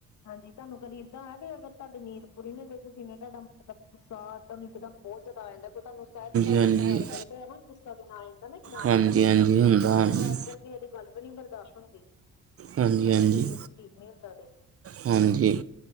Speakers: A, on the left; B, on the right.
A: ਹਾਂਜੀ, ਤੁਹਾਨੂੰ ਕਦੀ ਏਦਾਂ ਹੋਇਆ ਕਿ, ਅਗਰ ਤੁਹਾਡੀ ਨੀਂਦ ਕੁੜੀ ਨੇ ਬੁਢੀ ਨੇ ਏਡਾ ਕੰਮ ਮਤਲਬ ਗੁਸਾ, ਇੱਕ ਦਮ ਬਹੁਤ ਜ਼ਿਆਦਾ ਆ ਜਾਂਦਾ, ਕੋਈ ਤੁਹਾਨੂੰ ਸਹਿਜ ਸੁਭਾਏ
B: ਹਾਂਜੀ ਹਾਂਜੀ
A: ਦੀ ਕੋਈ ਗੱਲ, ਕਰੇ ਤੇ ਨਾ, ਗੁੱਸਾ ਕਿਨਾ ਆ ਜਾਂਦਾ ਨਾ ਇੱਕਦਮ
B: ਹਾਂਜੀ
A: ਹੀ,
B: ਹਾਂਜੀ ਹੁੰਦਾ
A: ਸਾਡੇ
B: ਹਾਂਜੀ
A: ਕੋਲ ਅੱਜ ਕੱਲ, ਕਿਸੇ ਦੇ ਗਲ ਵੀ ਬਰਦਾਸ਼ਤ ਨਈ ਹੁੰਦੀ
B: ਹਾਂਜੀ
A: ਅਗਰ
B: ਹਾਂਜੀ
A: ਸਰੀਰ ਠੀਕ ਨਹੀਂ ਹੁੰਦਾ, ਤੇ
B: ਹਾਂਜੀ